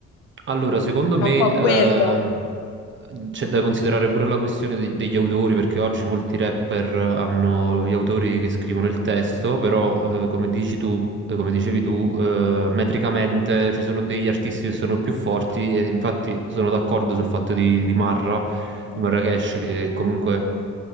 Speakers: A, on the right (about 40°); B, on the left (about 85°).
A: Allora, secondo
B: È
A: me
B: un po'
A: ehm,
B: quello.
A: c'è da considerare pure la questione de- degli autori, perché oggi molti rapper hanno gli autori che scrivono il testo, però eh, come dici tu, eh, come dicevi tu, eh, metricamente ci sono degli artisti che sono più forti e infatti sono d'accordo sul fatto di, di Marra,
B: Mm.
A: di Marracash, che comunque